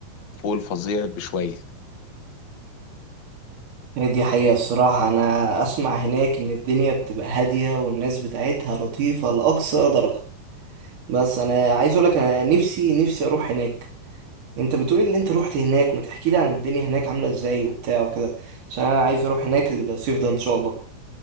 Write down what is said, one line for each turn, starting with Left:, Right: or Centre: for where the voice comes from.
Left: فوق الفظيع بشوية
Right: هي دي حقيقة الصراحة أنا أسمع هناك إن الدنيا بتبقى هادية والناس بتاعتها لطيفة لأقصى درجة بس أنا عايز أقولك أنا نفسي نفسي أروح هناك أنت بتقولي اللي أنت روحت هناك ما تحكيلي عن الدنيا هناك عاملة إزاي وبتاع وكده عشان أنا عايز أروح هناك الصيف ده إن شاء الله